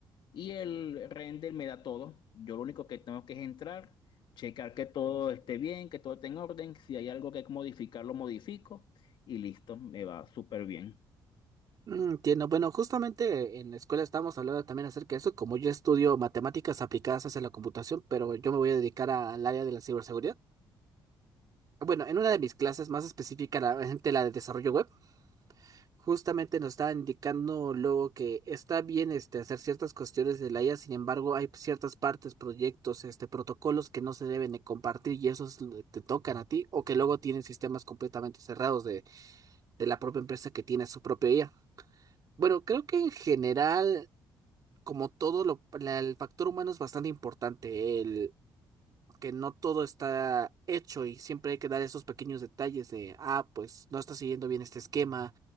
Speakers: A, on the left (about 65°); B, on the right (about 50°).
A: y el render me da todo. Yo lo único que tengo que es entrar, checar que todo esté bien, que todo esté en orden, si hay algo que modificar, lo modifico y listo, me va súper bien.
B: Mm, Entiendo. Bueno, justamente en la escuela estábamos hablando también acerca de eso. Como yo estudio matemáticas aplicadas hacia la computación, pero yo me voy a dedicar a- al área de la ciberseguridad. Bueno, en una de mis clases más específica, la, de la de desarrollo web, justamente nos está indicando luego que está bien este, hacer ciertas cuestiones de la IA, sin embargo, hay ciertas partes, proyectos, este, protocolos que no se deben de compartir y esos lo- te tocan a ti o que luego tienen sistemas completamente cerrados de, de la propia empresa que tiene su propia IA. Bueno, creo que en general como todo, lo, la- el factor humano es bastante importante, el que no todo está hecho y siempre hay que dar esos pequeños detalles de, ah, pues no está siguiendo bien este esquema,